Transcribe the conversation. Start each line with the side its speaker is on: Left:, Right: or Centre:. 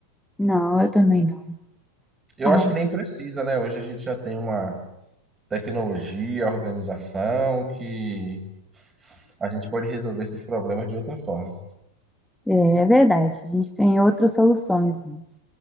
Centre: Não, eu também não.
Right: Eu
Centre: Ai,
Right: acho que nem precisa, né? Hoje a gente já tem uma tecnologia, organização, que a gente pode resolver esses problemas de outra forma.
Centre: é, é verdade, a gente tem outras soluções mesmo.